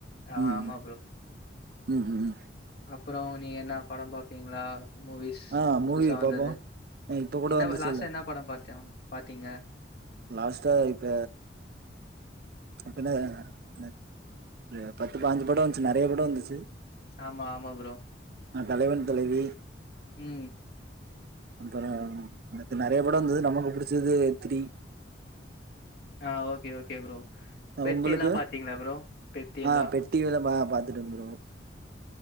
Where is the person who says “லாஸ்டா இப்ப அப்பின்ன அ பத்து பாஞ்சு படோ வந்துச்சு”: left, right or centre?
Right